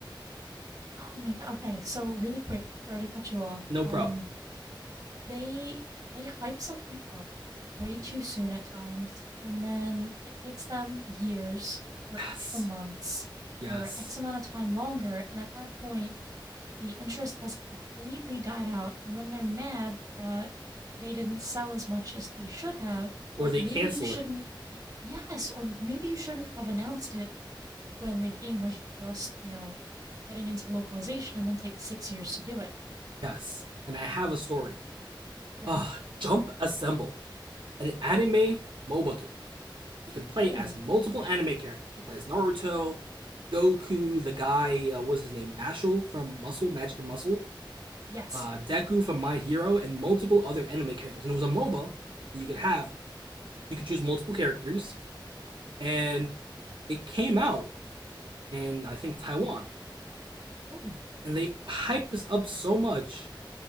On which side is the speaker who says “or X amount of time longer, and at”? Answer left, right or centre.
Right